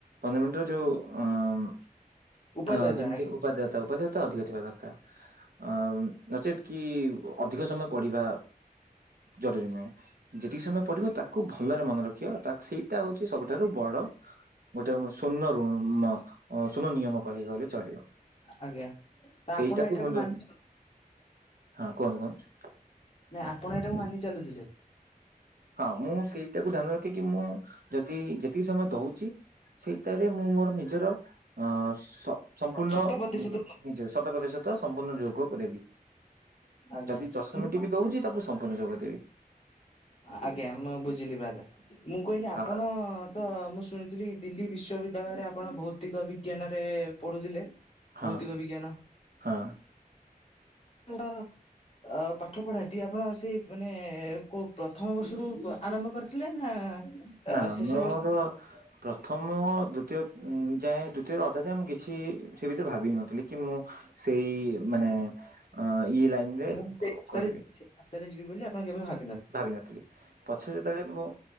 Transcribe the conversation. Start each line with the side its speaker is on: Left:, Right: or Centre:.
Right: ପନ୍ଦର ମିନିଟ ଯୋଉ ଅ
Left: ଉପାଧ୍ୟାୟତା
Right: ଅ ଯେମିତି
Left: ଆଜ୍ଞା
Right: ଉପାଦେୟତା ଉପାଧେୟତା ଅଧିକ ଥିବା ଦରକାର ଆଉ ନଚେତ୍ କି ଅଧିକ ସମୟ ପଢିବା। ଜରୁରୀ ନୁହେଁ ଯେତିକି ସମୟ ପଢିବ ତାକୁ ଭଲରେ ମନେ ରଖିବା ତା ସେଇଟା ହଉଚି ସବୁଠାରୁ ବଡ ଗୋଟେ ସ୍ୱର୍ଣ୍ ଋନ ସ୍ୱର୍ଣ୍ଣ ନିୟମ କହିଗଲେ ଚଳିବ
Left: ଆଜ୍ଞା ତ
Right: ସେଇଟାକୁ
Left: ଆପଣ ଏଇଟାକୁ
Right: ମୁଣ୍ଡ
Left: ମାନି
Right: ହଁ କୁହନ୍ତୁ କୁହନ୍ତୁ।
Left: ନାଇଁ ଆପଣ ଏଇଟାକୁ ମାନି ଚାଲୁଥୁଲେ?
Right: ହଁ ମୁଁ ସେଇଟାକୁ ଧ୍ୟାନ ରଖିକି ମୁଁ ଯଦି ଯେତିକି ସମୟ ଦଉଚି ସେଇ ତାରେ ମୁଁ ମୋର ନିଜର ଅ ସ-ସମ୍ପୂର୍ଣ୍ଣ
Left: ଶତ ପ୍ରତିଶତ
Right: ନିଜ ଶତ ପ୍ରତିଶତ ସମ୍ପୂର୍ଣ୍ଣ ଯୋଗ ଦେବି
Left: ଆଜ୍ଞା
Right: ଯଦି ଦଶ
Left: ମୁଁ
Right: ମିନିଟ୍ ବି ଦଉଚି ତାକୁ ସମ୍ପୂର୍ଣ୍ଣ ଯୋଗ ଦେବି।
Left: ଆଜ୍ଞା ମୁଁ ବୁଝିଲି ବାଦ ମୁଁ କହିଲି ଆପଣ
Right: ହଁ
Left: ତ ମୁଁ ଶୁଣିଥିଲି ଦିଲ୍ଲୀ ବିଶ୍ୱବିଦ୍ୟାଳୟରେ ଆପଣ ଭୌତିକ ବିଜ୍ଞାନ ରେ ପଢୁଥିଲେ?
Right: ହଁ
Left: ଭୌତିକ ବିଜ୍ଞାନ
Right: ହଁ
Left: <unintelligible> ଅ ପାଠ ପଢା ଟି ଆପଣ ସେଇ ମାନେ କୋଉ ପ୍ରଥମ ବର୍ଷରୁ ଆରମ୍ଭ କରିଥିଲେ ନା
Right: ନା ନା
Left: ଶେଷ
Right: ମୁଁ
Left: ବର୍ଷ
Right: ମୋର ପ୍ରଥମ ଦ୍ଵିତୀୟ ଯାଏ ଦ୍ଵିତୀୟରେ ଅଧାଯାଏ ମୁଁ କିଛି ସେ ବିଷୟରେ ଭାବି ନଥିଲି କି ମୁଁ ସେଇ ମାନେ ଅ ଇ ଲାଇନ ରେ
Left: ମୁଁ ସେଇ ରାସ୍ତାରେ
Right: କରିବେ
Left: ଯିବି ସେଇ ରାସ୍ତାରେ ଯିବି ବୋଲି ଆପଣ କେବେ ଭା
Right: ଭାବିନଥିଲି ପଛରେ ଯେତେବେଳେ ମୁଁ